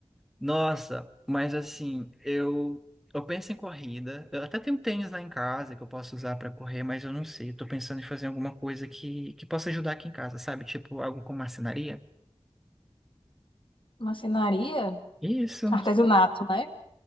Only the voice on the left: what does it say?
Marcenaria?
Artesanato,
né?